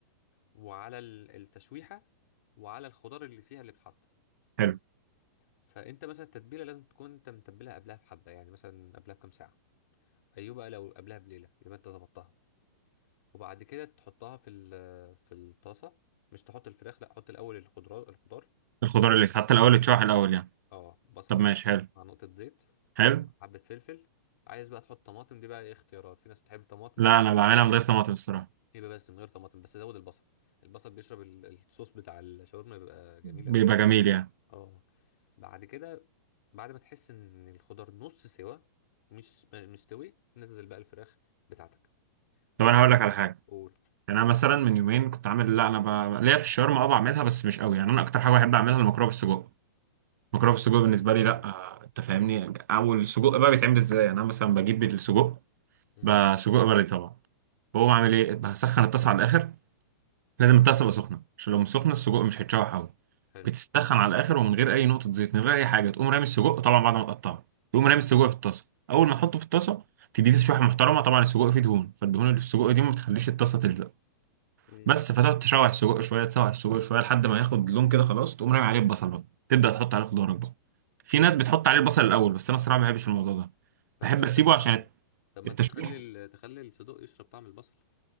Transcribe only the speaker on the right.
حلو
الخضار اللي حتى الاول اتشرح الاول يعني
طب ماشي حلو
حلو
لا
انا
بعملها
من غير طماطم الصراحه
بيبقى
جميل يعني
طب
انا هقول لك على حاجه
يعني انا مثلا من يومين كنت عامل لا انا ب... ليا في الشاورما اه بعملها بس مش قوي يعني انا اكتر حاجه بحب اعملها المكرونه بالسجق المكرونه بالسجق بالنسبه
لي لا آه، انت فاهمني اول السجق بقى بيتعمل ازاي يعني انا مثلا بجيب السجق
بسجق بلدي طبعا بقوم عامل
ايه بسخن الطاسه على الاخر لازم البتاع تبقى سخنه عشان لو مش سخنه السجق مش هيتشوح قوي
بتسخن على الاخر ومن غير اي نقطه زيت من غير اي حاجه تقوم رامي السجق طبعا بعد ما تقطعه تقوم
رامي السجق في الطاسه اول ما تحطه في الطاسه تديه تشويحه محترمه طبعا السجق فيه دهون فالدهون اللي في السجق دي ما بتخليش الطاسه تلزق
بس فتقعد تشوح السجق شويه تسوح السجق شويه لحد ما ياخد لون كده خلاص تقوم رامي عليه البصل بقى تبدا تحط عليه خضارك بقى في ناس بتحط عليه البصل الاول بس انا الصراحه ما بحبش الموضوع ده
بحب
اسيبه
عشان
التشويح